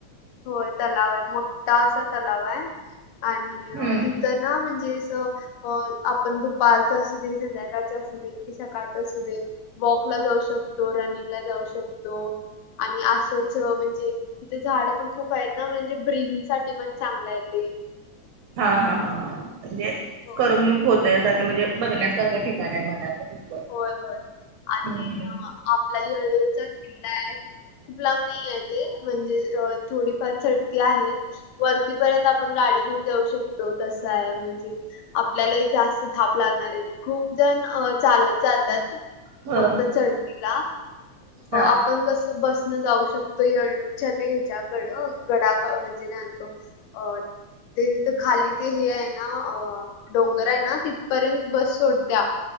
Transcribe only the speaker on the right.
हम्म
हा हा हा म्हणजे
कारवणूक होत नाही बघ ण्यासारखं म्हणजे बघण्यासारखं ठिकाण आहे मना
हम्म
हो
हा